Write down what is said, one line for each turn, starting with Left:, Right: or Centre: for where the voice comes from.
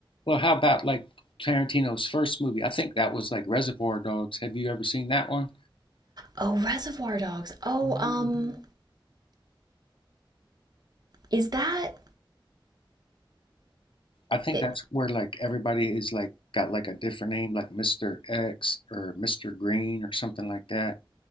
Left: Well, how about like Tarantino's first movie? I think that was like Reservoir Dogs. Have you ever seen that one?
Right: Oh, Reservoir Dogs. Oh,
Left: Mhm.
Right: um is that
Left: I think
Right: it,
Left: that's where like everybody is like got like a different name, like Mr. X or Mr. Green or something like that.